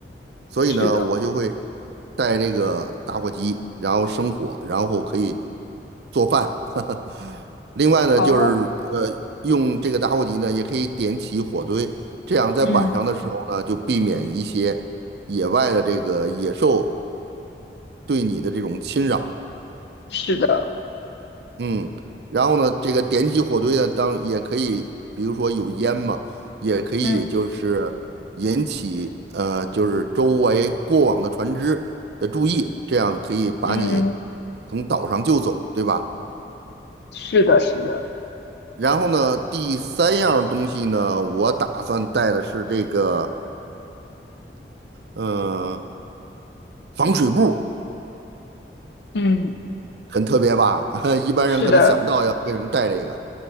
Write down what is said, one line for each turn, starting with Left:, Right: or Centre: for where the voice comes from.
Right: 所以呢，
Left: 是的，
Right: 我就会带这个打火机，然后生火，然后可以做饭。<laughs> 另外呢，
Left: 哦，
Right: 就是呃，用这个打火机呢，也可以点起火堆，这样在晚上的时候呢，
Left: 嗯
Right: 就避免一些野外的这个野兽对你的这种侵扰。
Left: 是的，
Right: 嗯，然后呢，这个点起火堆呢，当也可以，比如说有烟嘛，也可以就是引起呃，
Left: 嗯
Right: 就是周围过往的船只的注意，这样可以把你
Left: 嗯
Right: 从岛上救走，对吧？
Left: 是的，是的，
Right: 然后呢，第三样东西呢，我打算带的是这个，嗯、防水布，
Left: 嗯，
Right: 很特别吧？<laughs> 一般人可能想不到要为什么带这个。
Left: 是的，